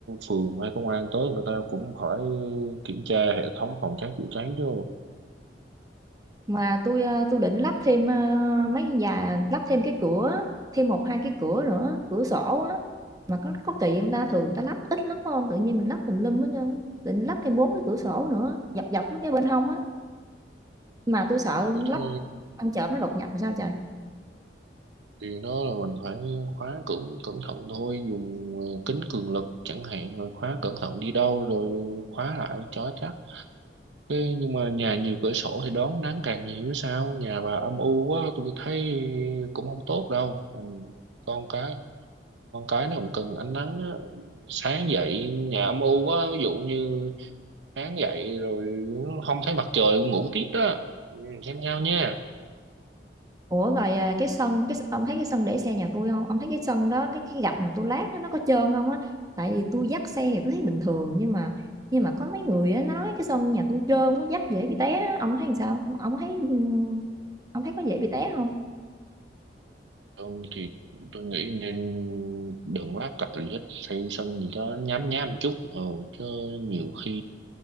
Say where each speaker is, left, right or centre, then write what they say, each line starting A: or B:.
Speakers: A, on the right; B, on the right.
A: phường hay công an tới người ta cũng phải kiểm tra hệ thống phòng cháy chữa cháy chứ
B: Mà tôi ờ, tôi định lắp thêm ờ, mấy nhà lắp thêm cái cửa, thêm một hai cái cửa nữa, cửa sổ á. Mà có có kỳ không ta? Thường người ta lắp ít lắm phải không? Tự nhiên mình lắp tùm lum hết trơn. á. Định lắp thêm bốn cái cửa sổ nữa, dọc dọc mấy cái bên hông á. Mà tôi sợ
A: Vì
B: lắp
A: thế
B: ăn trộm nó đột nhập làm sao trời.
A: điều đó là mình phải khóa cẩn cẩn thận thôi dùng ờ, kính cường lực chẳng hạn rồi khóa cẩn thận đi đâu rồi khóa lại cho chắc thế nhưng mà nhà nhiều cửa sổ thì đón nắng càng nhiều chứ sao nhà bà âm u quá tôi thấy cũng không tốt đâu Ừ, con cái con cái nó cũng cần ánh nắng á. sáng dậy nhà âm u quá ví dụ như sáng dậy rồi không thấy mặt trời ngủ tiếp đó Ừ, xem nhau nha
B: Ủa rồi à, cái sân cái ông thấy cái sân để xe nhà tôi không? Ông thấy cái sân đó cái cái gạch mà tôi lát đó, nó có trơn không á? Tại vì tôi dắt xe thì tôi thấy bình thường nhưng mà nhưng mà có mấy người á, nói cái sân nhà tôi trơn quá dắt dễ bị té á. Ông thấy làm sao? Ông, thấy ừ, ông thấy có dễ bị té không?
A: thường thì tôi nghĩ nên đừng lát cặp gì hết xây sân gì đó nhám nhám một chút ừ, chứ nhiều khi